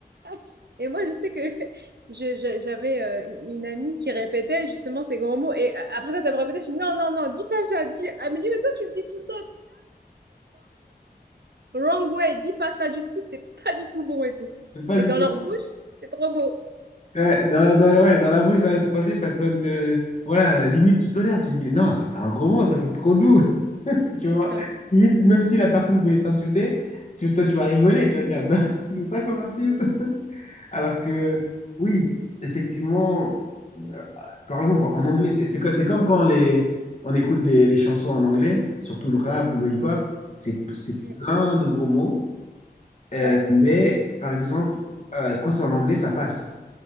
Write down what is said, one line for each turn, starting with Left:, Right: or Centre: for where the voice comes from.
Right: <laughs> et moi je sais que <laughs> je, je, j'avais euh, une amie qui répétait justement ces grands mots et euh, après quand elle me répétait je dis non non non dis pas ça dis ah mais dis mais toi tu le dis tout le temps Wrong way, dis pas ça du tout, c'est pas du tout bon et tout.
Left: C'est pas
Right: Mais
Left: du
Right: dans
Left: tout.
Right: leur bouche, c'est trop beau.
Left: Ouais, dans, dans, les- ouais, dans la bouche d'un étranger, ça sonne. euh, voilà, limite, tu tolères. Tu dis, non, c'est pas un gros mot, ça, c'est trop doux. <laughs> Tu vois?
Right: C'est ça.
Left: Limite, même si la personne voulait t'insulter, tu- toi, tu vas rigoler. Tu vas dire, non, <laughs> c'est ça ton insulte. <laughs> Alors que, oui, effectivement, euh, par exemple, en anglais, c'est c'est co- c'est comme quand les, on écoute les, les chansons en anglais, surtout le rap ou le hip-hop, c'est c'est
Right: Mm,
Left: plein de gros mots. Euh,
Right: ouais.
Left: mais par exemple, euh, quand c'est en anglais, ça passe.